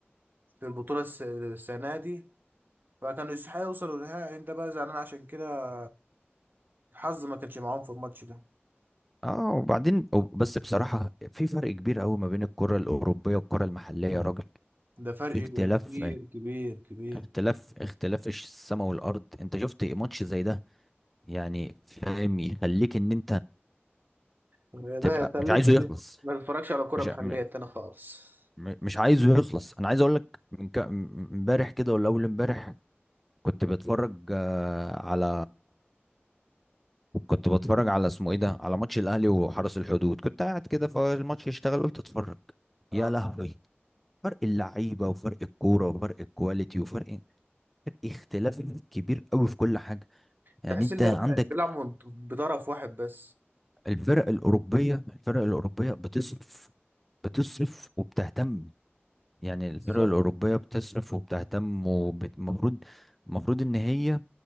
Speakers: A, on the right; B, in the centre.
A: في البطولة الس- السنة دي فكانوا يستحقوا يوصلوا للنهائي انت بقى زعلان عشان كده الحظ ما كانش معاهم في الماتش ده
B: اه وبعدين وب- بس بصراحة في فرق كبير قوي ما بين الكرة الأوروبية والكرة المحلية يا راجل
A: ده فرق
B: في اختلاف
A: كبير كبير كبير
B: اختلاف اختلاف السماء والأرض انت شفت ماتش زي ده يعني فاهم يخليك ان انت
A: ده
B: تبقى
A: يخليك
B: مش عايزه يخلص
A: ما تتفرجش على كرة
B: مش
A: محلية
B: م-
A: تاني خالص
B: م- مش عايزه يخلص انا عايز اقول لك من ك- م- امبارح كده ولا اول امبارح كنت بتفرج آه، على كنت بتفرج على اسمه ايه ده على ماتش الاهلي وحرس الحدود كنت قاعد كده فالماتش يشتغل قلت اتفرج
A: اه
B: يا لهوي فرق اللعيبه وفرق الكوره وفرق الكواليتي وفرق اختلاف كبير قوي في كل حاجه يعني
A: تحس
B: انت
A: ان
B: عندك
A: هي بيلعب من- بطرف واحد بس
B: الفرق الاوروبيه الفرق الاوروبيه بتصرف بتصرف وبتهتم يعني
A: بالظبط
B: الفرق الأوروبية بتصرف وبتهتم ومفروض المفروض إن هي